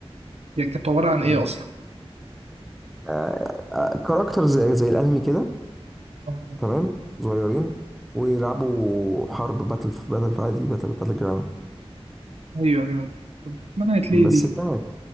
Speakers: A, on the right; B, in the centre.
A: هي كانت عباره عن
B: يعني،
A: ايه اصلا
B: آه، آه، كاركتر زي زي الانمي كده
A: اه
B: تمام صغيرين ويلعبوا حرب باتل باتل في عادي باتل باتل جراوند
A: ايوه ايوه طب منعت ليه
B: بس
A: دي
B: اتمنعت